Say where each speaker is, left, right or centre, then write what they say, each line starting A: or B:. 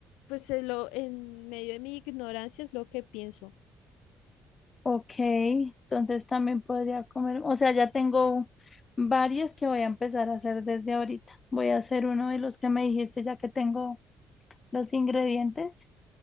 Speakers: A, on the left; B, on the left.
A: Pues es lo, en medio de mi ignorancia es lo que pienso.
B: Ok, entonces también podría comer, o sea, ya tengo varios que voy a empezar a hacer desde ahorita. Voy a hacer uno de los que me dijiste ya que tengo los ingredientes